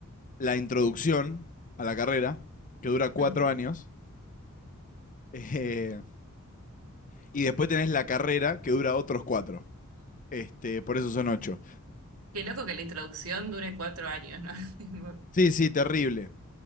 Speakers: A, on the left (about 35°); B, on the right (about 85°).
A: la introducción a la carrera, que dura cuatro
B: Hmm.
A: años. Eh, y después tenés la carrera que dura otros cuatro. Este, por eso son ocho.
B: Qué loco que la introducción dure cuatro años, ¿no? <laughs> Tipo,
A: Sí, sí, terrible.